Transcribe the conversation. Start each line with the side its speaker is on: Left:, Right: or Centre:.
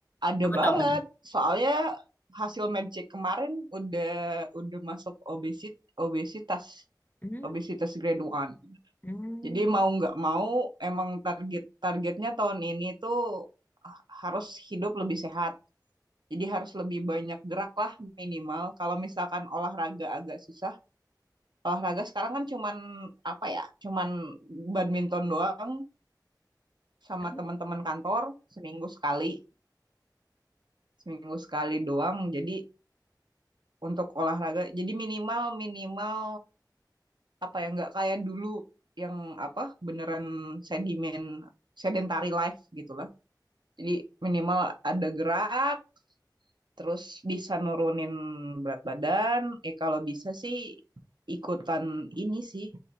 Right: ada
Left: Apa
Right: banget.
Left: tuh, apa tuh?
Right: Soalnya hasil medcheck kemarin udah udah masuk obesit obesitas
Left: Hmm,
Right: obesitas grade one.
Left: hmm,
Right: Jadi mau nggak mau emang target targetnya tahun ini tuh harus hidup lebih sehat. Jadi harus lebih banyak gerak lah minimal. Kalau misalkan olahraga agak susah, olahraga sekarang kan cuman apa ya? Cuman badminton doang sama
Left: apa?
Right: teman-teman kantor seminggu sekali, seminggu sekali doang. Jadi untuk olahraga. Jadi minimal minimal apa ya nggak kayak dulu yang apa beneran sedimen sedentary life gitulah. Jadi minimal ada gerak, terus bisa nurunin berat badan. Eh kalau bisa sih ikutan ini sih.